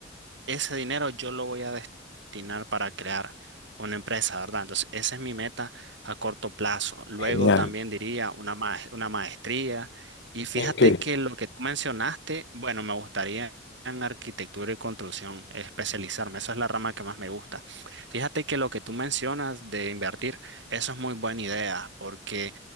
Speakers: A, on the right (about 65°); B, on the left (about 65°).
A: ese dinero yo lo voy a destinar para crear una empresa, ¿verdad? Entonces, esa es mi meta a corto plazo. Luego
B: Genial.
A: también diría una, ma- una maestría. Y fíjate
B: ¿En qué?
A: que lo que tú mencionaste, bueno, me gustaría en arquitectura y construcción especializarme. Esa es la rama que más me gusta. Fíjate que lo que tú mencionas de invertir, eso es muy buena idea, porque